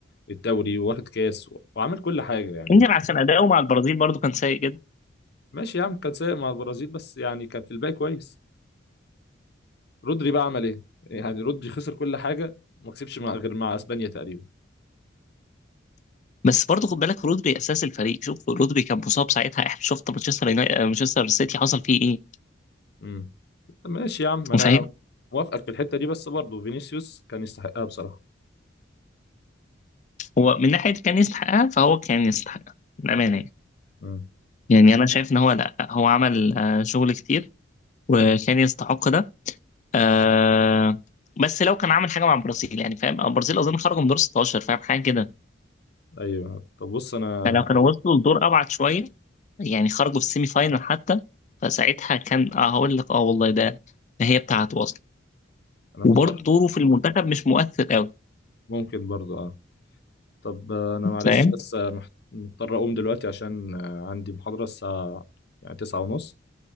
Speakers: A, on the left; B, on the left.
A: الدوري واخد كاس و- وعامل كل حاجة يعني
B: يمكن عشان اداؤه مع البرازيل برضو كان سيء جدا
A: ماشي يا عم كان سايق مع البرازيل بس يعني كان في الباقي كويس رودري بقى عمل ايه يعني رودري خسر كل حاجة ما كسبش مع غير مع اسبانيا تقريبا
B: بس برضو خد بالك رودري اساس الفريق شوف رودري كان مصاب ساعتها احنا شفت مانشستر يوناي- مانشستر سيتي حصل فيه ايه
A: امم ماشي يا عم انا
B: فاهم
A: موافقك في الحته دي بس برضه فينيسيوس كان يستحقها بصراحه
B: هو من ناحيه كان يستحقها فهو كان يستحقها بامانه يعني
A: امم
B: يعني انا شايف ان هو لا هو عمل آه، شغل كتير وكان يستحق ده آه بس لو كان عامل حاجه مع البرازيل يعني فاهم البرازيل اظن خرجوا من دور 16 فاهم حاجه كده
A: ايوه طب بص انا
B: فلو كانوا وصلوا لدور ابعد شويه يعني خرجوا في السيمي فاينل حتى فساعتها كان اه هقول لك اه والله ده ده هي بتاعته اصلا
A: انا مضطر
B: وبرضه دوره في المنتخب مش مؤثر قوي
A: ممكن برضه اه طب آه، انا معلش
B: فاهم
A: بس آه، محت- مضطر اقوم دلوقتي عشان آه، عندي محاضره الساعه يعني تسعة ونص